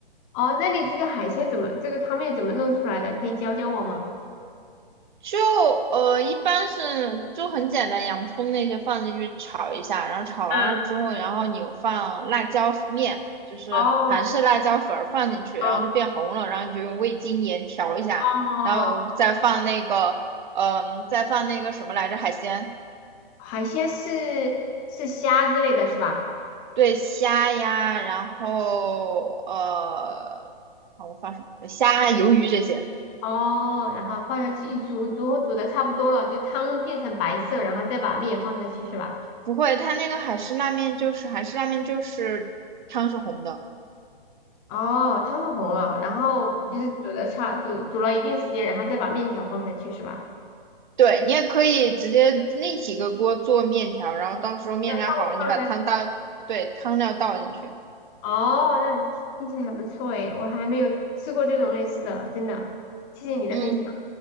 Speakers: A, on the left (about 20°); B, on the right (about 50°).
A: 哦，那你这个海鲜怎么，这个汤面怎么弄出来的？可以教教我吗？
B: 就呃一般是就很简单，洋葱那些放进去炒一下，然后炒完了之后，
A: 嗯，
B: 然后你有放辣椒面，就是韩式辣椒粉儿放进去，
A: 哦哦
B: 然后就变红了，然后你就用味精盐调一下，
A: 哦，
B: 然后再放那个嗯、再放那个什么来着海鲜。
A: 海鲜是是虾之类的是吧？
B: 对虾呀，然后呃，好，我放什么？虾、鱿鱼这些
A: 哦，然后放下去一煮，煮煮的差不多了，就汤变成白色，然后再把面放下去是吧？
B: 不会，它那个海式拉面就是韩式拉面，就是汤是红的。
A: 哦，汤是红了，然后就是煮的差煮煮了一定时间，
B: 嗯
A: 然后再把面条放下去是吧？
B: 对，你也可以直接另起一个锅做面条，然后到时候面条好了，
A: 再放放下去。
B: 你把汤倒，对，汤料倒进去。
A: 哦，那听起来还不错诶，我还没有吃过这种类似的，真的，谢谢你的分享，
B: 嗯